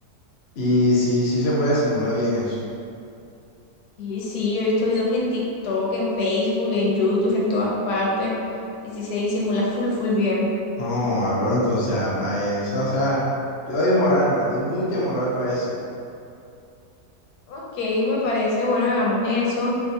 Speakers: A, on the left; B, on the left.
A: Y sí, sí se puede simular bien eso.
B: Y sí, yo he visto videos en TikTok, en Facebook, en YouTube, en todas partes. Y sí se disimula full, full bien.
A: No, ah, pero entonces, para eso, o sea, yo doy moral, ma, doy mucha moral para eso.
B: Ok, me parece, bueno, hagamos eso.